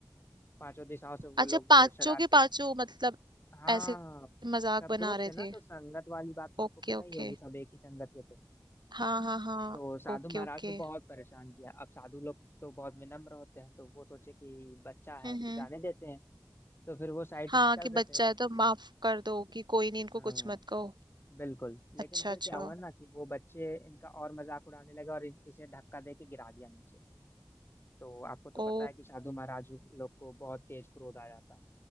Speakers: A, on the left; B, on the right.
A: पांचों दिशाओं से वो
B: अच्छा
A: लोग
B: पांचों
A: शरारते
B: के पांचों मतलब
A: हाँ
B: ऐसे मजाक
A: सब
B: बना
A: दोस्त
B: रहे
A: थे ना
B: थे
A: तो संगत वाली बात तो आपको
B: Okay
A: पता
B: okay
A: ही होगी सब एक ही संगत के थे
B: हाँ हाँ हाँ
A: तो साधु
B: Okay
A: महाराज
B: okay
A: को बहुत परेशान किया अब साधु लोग तो बहुत विनम्र होते हैं तो वो सोचे कि बच्चा है
B: हम्म
A: जाने देते हैं तो फिर वो साइड
B: हाँ
A: से निकल
B: कि बच्चा
A: गए थे
B: है तो माफ कर दो कि कोई नहीं इनको
A: हाँ
B: कुछ मत कहो
A: बिल्कुल लेकिन
B: अच्छा
A: फिर
B: अच्छा
A: क्या हुआ ना कि वो बच्चे इनका और मजाक उड़ाने लगे और इ- इसे धक्का दे के गिरा दिया नीचे तो आपको तो पता
B: ओ
A: है कि साधु महाराज लोग को बहुत तेज क्रोध आ जाता है